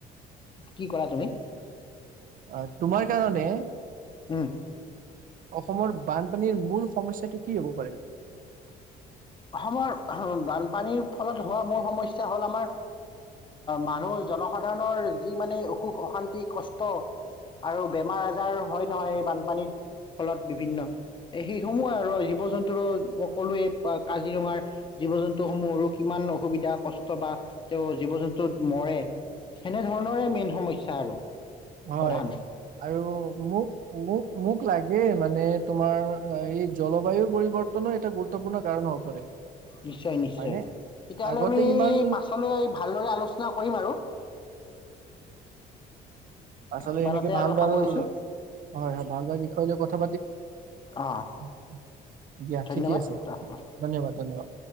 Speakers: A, on the left (about 30°); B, on the right (about 55°).
A: কি কৰা তুমি?
B: অ তোমাৰ কাৰণে -
A: উম।
B: অসমৰ বানপানীৰ মূল সমস্যাটো কি হব পাৰে?
A: অসমৰ বানপানীৰ ফলত হোৱা মূল সমস্যা হ'ল আমাৰ মানুহ জনসাধাৰণৰ যি মানে অসুখ অশান্তি কষ্ট আৰু বেমাৰ আজাৰ হয় নহয় এই বানপানীৰত ফলত বিভিন্ন এই সেইসমূহে আৰু জীৱ জন্তুৰো সকলোৱে বা কাজিৰঙাৰ জীৱ জন্তুসমূহৰো কিমান অসুবিধা কষ্ট বা তেওঁ জীৱ জন্তু মৰে সেনেধৰণৰে মেইন সমস্যা আৰু
B: হয়
A: প্ৰধান
B: আৰু মোক মোক মোক লাগে মানে মানে তোমাৰ এই জলবায়ু পৰিৱৰ্তনো এটা গুৰুত্বপূৰ্ণ কাৰণ হ'ব পাৰে।
A: নিশ্চয় নিশ্চয়,
B: হয়নে
A: তেতিয়াাহ'লে
B: আগতে
A: আমি
B: ইমান
A: পাছলৈ ভালদৰে আলোচনা কৰিম আৰু
B: আচলতে
A: ইমানতে
B: এনেকে ভাল
A: আৰু
B: ভাল
A: সামৰিছোঁ
B: হয়, ভাল ভাল বিষয় লৈ কথা
A: অঁ
B: <unintelligible> দিয়া
A: ধন্যবাদ
B: ঠিকে আছে, ধন্যবাদ ধন্যবাদ।